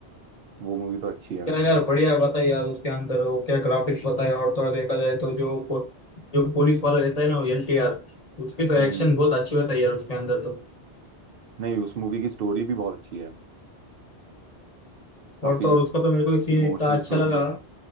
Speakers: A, on the right; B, on the left.
A: वो मूवी तो अच्छी है
B: क्या
A: काफी
B: यार बढ़िया बताइए यार उसके अंदर वो क्या ग्राफिक्स बताया और थोड़ा देखा जाए तो जो पो- जो पुलिस वाला रहता है ना वो एलटीआर उसकी तो
A: हम्म
B: एक्शन बहुत अच्छी होता है यार उसके अंदर तो
A: नहीं उस मूवी की स्टोरी भी बहुत अच्छी है काफी
B: और तो और उसका तो मेरे को एक सीन
A: इमोशनल
B: इतना अच्छा
A: स्टोरी
B: लगा
A: है